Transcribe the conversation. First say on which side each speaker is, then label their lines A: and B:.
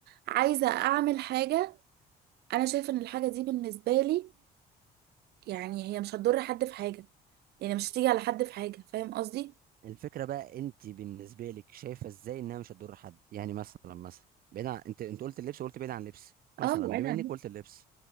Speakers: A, on the right; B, on the right.
A: عايزة اعمل حاجة انا شايفة ان الحاجة دي بالنسبة لي يعني هي مش هتضر حد في حاجة يعني مش هتيجي على حد في حاجة فاهم قصدي
B: الفكره بقى انت بالنسبه لك شايفه ازاي انها مش هتضر حد يعني مثلا مثلا بعيد عن انت انت قلت اللبس وقلت بعيد عن اللبس مثلا
A: اه بعيد
B: بما
A: عن
B: انك
A: اللبس
B: قلت اللبس